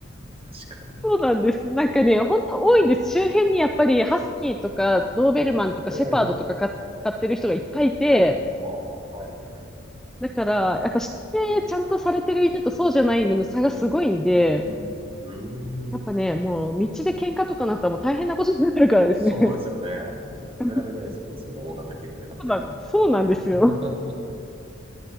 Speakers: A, on the right; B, in the centre.
A: 確かに。
B: そうなんです。なんかね、ほんと多いんです。
A: うん。
B: 周辺にやっぱりハスキーとかドーベルマンとかシェパードとかか飼ってる人がいっぱいいて、
A: ええ。おー、はいはい。
B: だからやっぱしつけちゃんとされてる犬とそうじゃない犬の差がすごいんで、
A: うん。うーん。
B: やっぱね、もう道で喧嘩とかなったらもう大変なことになるからですね。
A: そうですよね。ちょっと止められないですよね。
B: <laughs>
A: その大型犬で始めちゃったら。
B: そうなん、そうなんですよ。
A: <laughs>